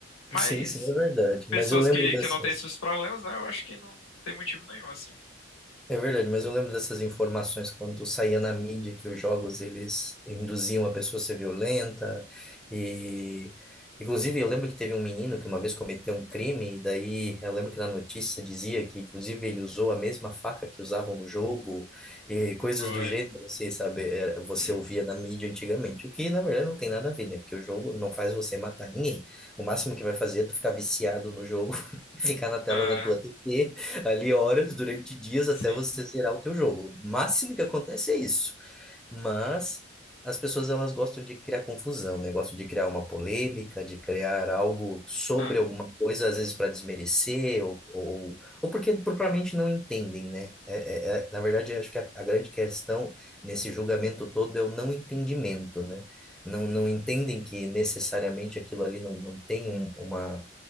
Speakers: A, on the left; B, in the centre.
A: Mas
B: Sim, sim, é verdade.
A: pessoas
B: Mas eu lembro
A: que,
B: dessa.
A: que não têm esses problemas, né? Eu acho que não, tem motivo nenhum, assim.
B: É verdade, mas eu lembro dessas informações quando saía na mídia que os jogos eles induziam a pessoa a ser violenta e inclusive eu lembro que teve um menino que uma vez cometeu um crime e daí eu lembro que na notícia dizia que inclusive ele usou a mesma faca que usavam no jogo e coisas
A: Foi.
B: do gênero, você sabe, Era- você
A: Uhum.
B: ouvia na mídia antigamente, o que na verdade não tem nada a ver, né? Porque o jogo não faz você matar ninguém. O máximo que vai fazer é tu ficar viciado no jogo <laughs> e ficar na tela
A: É,
B: da tua TV ali horas durante dias
A: sim.
B: até você zerar o teu jogo. O máximo que acontece é isso. Mas as pessoas elas gostam de criar confusão, né? Gostam de criar uma polêmica, de criar algo sobre
A: É.
B: alguma coisa, às vezes para desmerecer ou, ou, ou porque propriamente não entendem, né? É, é- é- na verdade, eu acho que a, a grande questão nesse julgamento todo é o não entendimento, né? Não, não entendem que necessariamente aquilo ali não, não tem um, uma